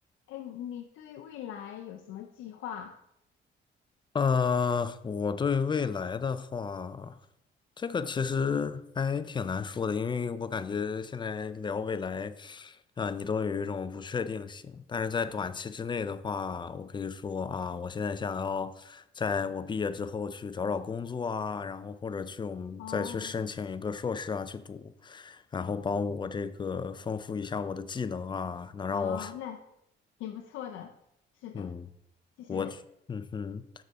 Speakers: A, on the left (about 85°); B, on the left (about 25°).
A: 哎，你对未来有什么计划？
B: 呃，我对未来的话，这个其实还挺难说的，因为我感觉现在聊未来，啊、你都有一种不确定性。但是在短期之内的话，我可以说啊，我现在想要在我毕业之后去找找工作啊，然后或者去我们再去申请一个硕士啊去读，
A: 哦
B: 然后帮我这个丰富一下我的技能啊，能让我，
A: 哦，那挺不错的。
B: <laughs>
A: 是的，
B: 嗯，
A: 就是
B: 我去，嗯哼。